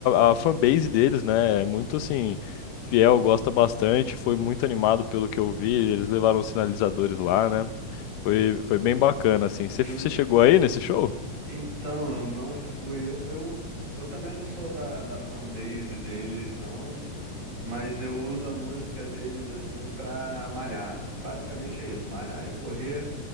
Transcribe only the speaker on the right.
En-
Então, eu não fui. Eu, eu, eu também não sou da, da fanbase deles, não, mas eu uso a música deles assim pra malhar. Basicamente é isso, malhar e correr.